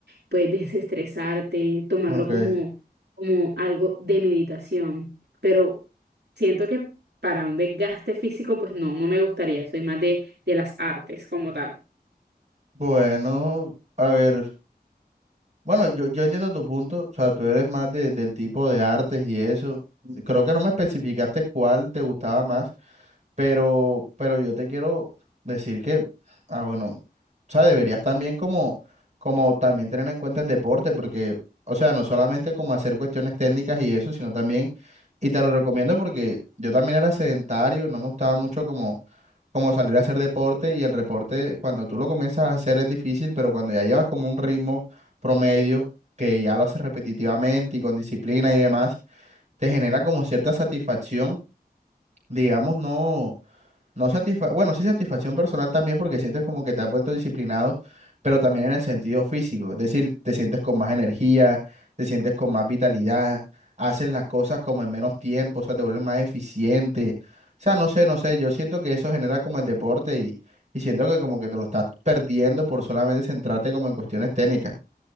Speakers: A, on the right (about 80°); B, on the right (about 45°).
A: puedes desestresarte, tomarlo
B: Ok,
A: como, como algo de meditación. Pero siento que para un desgaste físico, pues no, no me gustaría. Soy más de, de las artes como tal.
B: bueno, a ver, bueno, yo, yo entiendo tu punto, o sea, tú eres más de- del tipo de artes y eso. Creo que no me especificaste cuál te gustaba más. Pero, pero yo te quiero decir que, ah, bueno, o sea, deberías también como, como también tener en cuenta el deporte, porque, o sea, no solamente como hacer cuestiones técnicas y eso, sino también, y te lo recomiendo porque yo también era sedentario, no me gustaba mucho como, como salir a hacer deporte y el deporte cuando tú lo comienzas a hacer es difícil, pero cuando ya llevas como un ritmo promedio, que ya lo haces repetitivamente y con disciplina y demás, te genera como cierta satisfacción, digamos, no no satisfa bueno, sí satisfacción personal también porque sientes como que te has vuelto disciplinado, pero también en el sentido físico, es decir, te sientes con más energía, te sientes con más vitalidad, haces las cosas como en menos tiempo, o sea, te vuelves más eficiente. O sea, no sé, no sé, yo siento que eso genera como el deporte y, y siento que como que te lo estás perdiendo por solamente centrarte como en cuestiones técnicas.